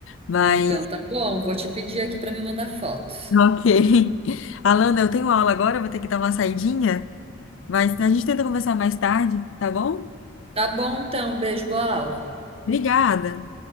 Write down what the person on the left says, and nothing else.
Mas,
ok. <laughs> Alana, eu tenho aula agora, vou ter que dar uma saidinha, mas a gente tenta conversar mais tarde, tá bom?
Obrigada.